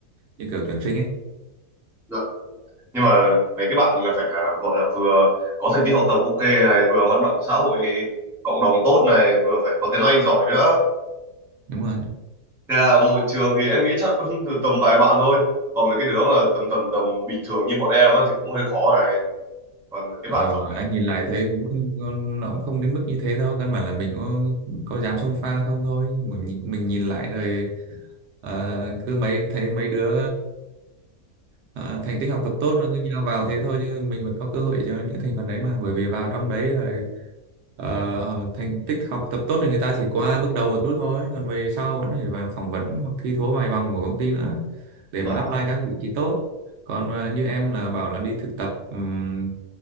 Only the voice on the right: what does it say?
như kiểu tuyển sinh ấy
đúng rồi
Ờ,
anh nhìn lại thấy cũng không, nó cũng không đến mức như thế đâu căn bản là mình có có dám xông pha không thôi mình nhìn- mình nhìn lại rồi ờ, cứ mấy thấy mấy đứa ờ, thành tích học tập tốt nó cứ nhào vào thế thôi nhưng mình vẫn có cơ hội cho những thành phần đấy mà bởi vì vào trong đấy rồi ờ, thành tích học tập tốt thì người ta chỉ qua bước đầu một chút thôi còn về sau vẫn phải vào phỏng vấn hoặc thi thố vài vòng của công ty nữa để mà
apply các vị trí tốt còn ờ, như em là bảo là đi thực tập ừm,